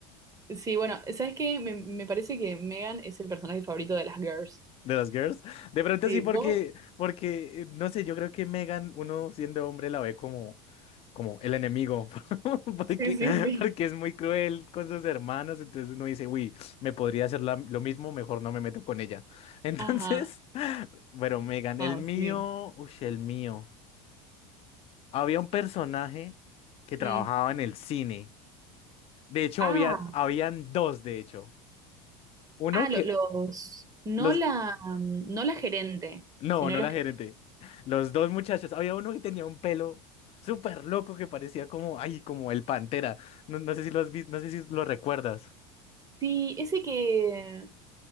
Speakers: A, on the right; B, on the left.
A: Sí, bueno, ¿sabes qué? Me, me parece que Megan es el personaje favorito de las girls.
B: De las girls. De pronto
A: Sí,
B: sí, porque,
A: vos.
B: porque, eh, no sé, yo creo que Megan, uno siendo hombre, la ve como, como el enemigo. <laughs> Porque,
A: Sí, sí, sí.
B: porque es muy cruel con sus hermanas. Entonces uno dice, uy, me podría hacer la- lo mismo, mejor no me meto con ella. Entonces,
A: Ajá.
B: <laughs> pero Megan,
A: Ah,
B: el mío,
A: sí.
B: uy, el mío. Había un personaje que trabajaba
A: Mm.
B: en el cine. De hecho,
A: Ah,
B: había, habían dos, de hecho. Uno
A: Ah, lo-
B: que,
A: los, no
B: los,
A: la, mm, no la gerente,
B: no,
A: sino
B: no
A: los
B: la
A: que...
B: gerente. Los dos muchachos. Había uno que tenía un pelo súper loco que parecía como, ay, como el Pantera. No, no sé si lo has visto, no sé si lo recuerdas.
A: Sí, ese que...